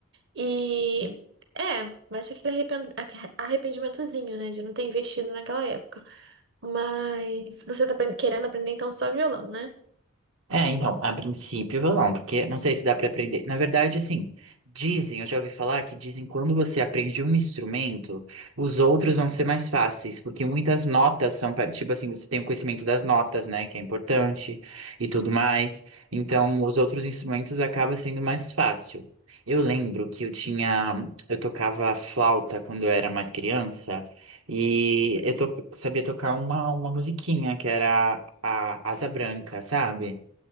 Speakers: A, on the right; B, on the right.
A: E é, vai ter aquele arrepen- aque- arrependimentozinho, né? De não ter investido naquela época. Mas você tá apren- querendo aprender então só violão, né?
B: É, então, a princípio violão, porque não sei se dá pra aprender. Na verdade, assim, dizem, eu já ouvi falar que dizem que quando você aprende um instrumento, os outros vão ser mais fáceis, porque muitas notas são, pa- tipo assim, você tem o conhecimento das notas, né, que é importante e tudo mais. Então, os outros instrumentos acaba sendo mais fácil. Eu lembro que eu tinha, eu tocava flauta quando eu era mais criança. E eu to- sabia tocar uma, uma musiquinha que era a Asa Branca, sabe?